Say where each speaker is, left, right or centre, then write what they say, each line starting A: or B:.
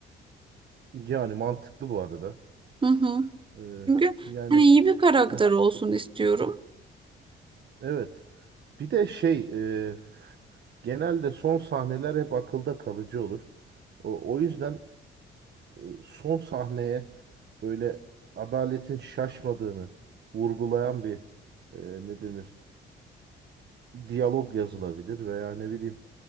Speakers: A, on the right; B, on the right.
A: Yani mantıklı bu arada.
B: Hı hı.
A: Ee,
B: Çünkü
A: yani
B: hani iyi bir karakter
A: heh,
B: olsun istiyorum.
A: evet. Bir de şey e, f- genelde son sahneler hep akılda kalıcı olur. O, o yüzden e, son sahneye böyle adaletin şaşmadığını vurgulayan bir e, ne denir? diyalog yazılabilir veya ne bileyim